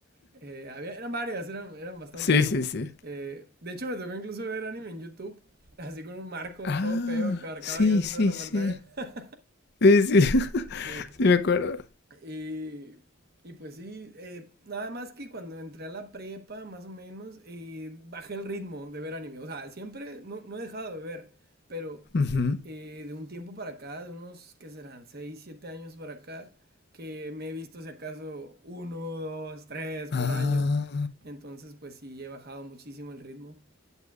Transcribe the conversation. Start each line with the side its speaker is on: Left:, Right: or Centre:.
Right: Eh, había, eran varias, eran, eran bastantes.
Left: Sí, sí, sí.
Right: Eh, de hecho, me tocó incluso ver anime en YouTube, <laughs> así con un marco
Left: Ah,
Right: todo feo que abarcaba
Left: sí,
Right: casi
Left: sí,
Right: toda la
Left: sí.
Right: pantalla. <laughs>
Left: Sí, sí, <laughs> sí
Right: Sí.
Left: me acuerdo.
Right: Y, y pues sí, eh, nada más que cuando entré a la prepa, más o menos, eh, bajé el ritmo de ver anime. O sea, siempre no, no he dejado de ver, pero
Left: Ujú.
Right: eh, de un tiempo para acá, de unos, ¿qué serán? seis 7 años para acá, que me he visto si acaso uno, dos, tres por
Left: Ah,
Right: año. Entonces, pues sí, he bajado muchísimo el ritmo.